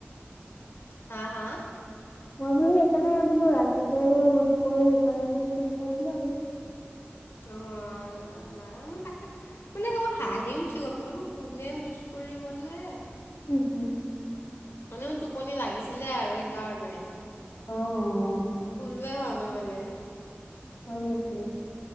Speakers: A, on the left; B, on the left.
A: হা? হা?
B: মই বোলো সেইকাৰণে বোলো ৰাতিতে বোলো উইচ কৰোঁ, সেইকাৰণে বোলো ফোন কৰিলোঁ আৰু।
A: অহ নাই, মই তাকে মানেসম হাঁহি উঠি গ'ল, বোলো কোনে উইচ কৰি ক'লে।
B: উম, হুম।
A: হনেও টোপনি লাগিছিলে আৰু সেইকাৰণে।
B: অ'।
A: শুলোৱে হয় মই মানে।
B: হয় নেকি